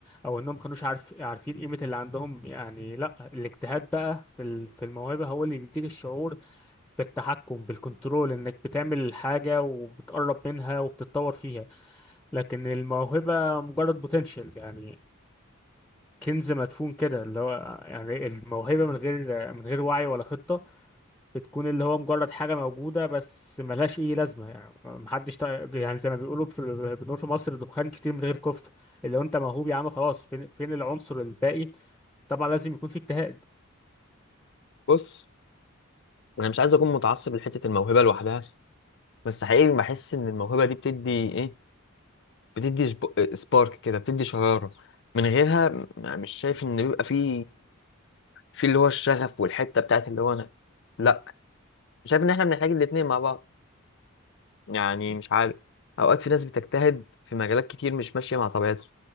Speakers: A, in the centre; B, on the left.
A: أو إنهم ما كانوش عارف عارفين قيمة اللي عندهم يعني لأ الاجتهاد بقى في ال- في الموهبة هو اللي بيديك الشعور بالتحكم بالكنترول إنك بتعمل حاجة وبتقرب منها وبتتطور فيها لكن الموهبة مجرد بوتنشال يعني كنز مدفون كده اللي هو يعني الموهبة من غير من غير وعي ولا خطة بتكون اللي هو مجرد حاجة موجودة بس ملهاش أي لازمة يعني محدش تا- يعني زي ما بيقولوا في بنقول في مصر دخان كتير من غير كفتة اللي هو أنت موهوب يا عم خلاص فين فين العنصر الباقي طبعا لازم يكون في اجتهاد
B: بص انا مش عايز اكون متعصب لحته الموهبه لوحدها بس حقيقي بحس ان الموهبه دي بتدي ايه بتدي سبارك كده بتدي شراره من غيرها م- مش شايف ان بيبقى فيه في اللي هو الشغف والحته بتاعت اللي هو انا لا شايف ان احنا بنحتاج الاتنين مع بعض يعني مش عارف اوقات في ناس بتجتهد في مجالات كتير مش ماشيه مع طبيعتهم